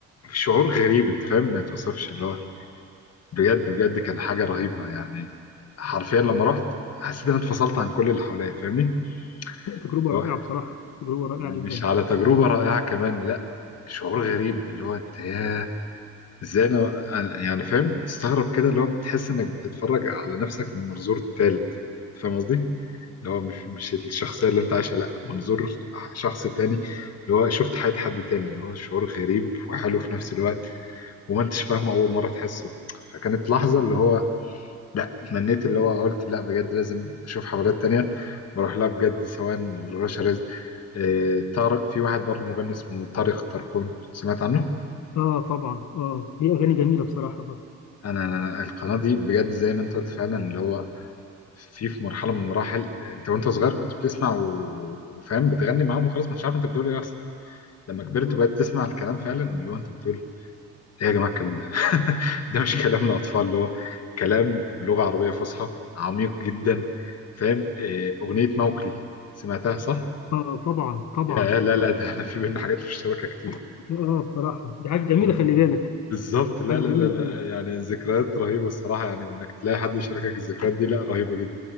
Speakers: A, on the left (about 55°); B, on the left (about 70°).
A: في شعور غريب انت فاهم ما يتوصفش اللي هو بجد بجد كان حاجة رهيبة يعني حرفيا لما رحت حسيت ان انا اتفصلت عن كل اللي حواليا فاهمني
B: تجربه
A: اللي
B: رائعه
A: هو
B: بصراحه تجربه رائعه
A: مش
B: جدا
A: على تجربة رائعة كمان لا شعور غريب اللي هو انت يا ازاي انا انا- يعني فاهم تستغرب كده اللي هو بتحس انك بتتفرج على نفسك من منظور تالت أنت فاهم قصدي اللي هو مش مش الشخصية اللي انت عايشها لا منظور شخص تاني اللي هو شفت حياة حد تاني اللي هو شعور غريب وحلو في نفس الوقت وما انتش فاهمه أول مرة تحسه فكانت لحظة اللي هو لا اتمنيت اللي هو قلت لا بجد لازم أشوف حفلات تانية بروح لها بجد سواء رشا رزق آه، طارق في واحد برضه مغني اسمه طارق طرقون سمعت عنه؟
B: اه طبعا اه هي اغاني جميله بصراحه برضه
A: أنا أنا- القناة دي بجد زي ما انت قلت فعلا اللي هو في في مرحلة من المراحل انت وانت صغير كنت بتسمع و- وفاهم بتغني معاهم وخلاص مش عارف انت بتقول ايه اصلا لما
B: بالظبط
A: كبرت وبقيت تسمع الكلام فعلا اللي هو انت بتقول ايه يا جماعه الكلام ده <laughs> ده مش كلام لاطفال اللي هو كلام بلغه عربيه فصحى عميق جدا فاهم إيه، اغنيه موكلي سمعتها صح؟
B: اه طبعا طبعا
A: يا لا لا ده احنا في بينا حاجات مشتركه كتير
B: اه بصراحه دي حاجه جميله
A: أغنية-
B: خلي بالك
A: بالظبط لا
B: حاجه
A: لا
B: جميله
A: لا لا
B: قوي
A: يعني ذكريات رهيبه الصراحه يعني وانك تلاقي حد يشاركك الذكريات دي لا رهيبه جدا